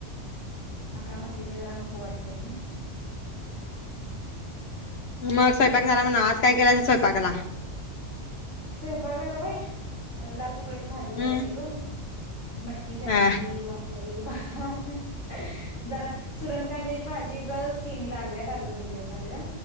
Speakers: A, on the left; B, on the left.
A: आता काम असलं की जरा वाटतय ना
B: मग स्वयंपाक झाला म्हणा आज काय केलं स्वयंपाला
A: स्वयंपाकाला वय लाल पोळ्याची भाजी जरा
B: हम्म
A: केलो. मटकीची आमटी
B: ह
A: भाकरी भाकरी ह जरा सुरण कांद्याची भाजी ज तिन लागल्यात अगं दोन दिवस झालं.